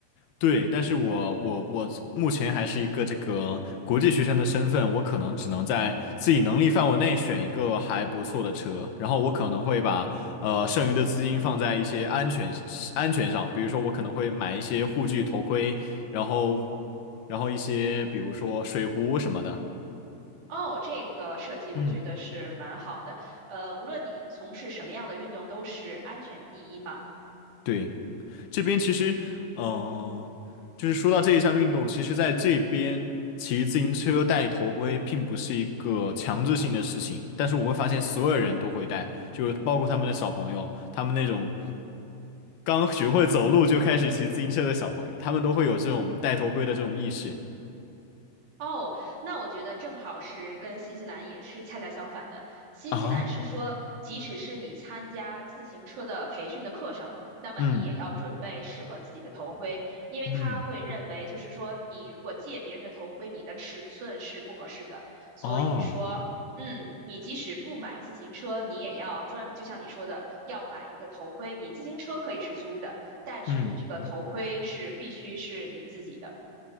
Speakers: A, on the left; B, on the right.
A: 对，但是我我我目前还是一个这个国际学生的身份，我可能只能在自己能力范围内选一个还不错的车，然后我可能会把呃剩余的资金放在一些安全安全上，比如说我可能会买一些护具、头盔，然后然后一些比如说水壶什么的。
B: 哦，这个设计我觉得是蛮好的。
A: 嗯，
B: 呃，无论你从事什么样的运动，都是安全第一嘛。
A: 对。这边其实，嗯、就是说到这一项运动，其实在这边骑自行车戴头盔并不是一个强制性的事情，但是我会发现所有人都会戴，就是包括他们的小朋友，他们那种刚学会走路就开始骑自行车的小朋友，他们都会有这种戴头盔的这种意识
B: 哦，那我觉得正好是跟新西兰也是恰恰相反的。新西兰是说，
A: 啊，
B: 即使是你参加自行车的培训的课程，那么你也要准备适合自己的头盔，
A: 嗯
B: 因为他会认为，
A: 嗯，
B: 就是说，你如果借别人的头盔，你的尺寸是不合适的。所以说，
A: 哦，
B: 嗯，你即使不买自行车，你也要专，就像你说的，要买一个头盔。你自行车可以是租的，但是你这个头盔是必须是你自己的。
A: 嗯。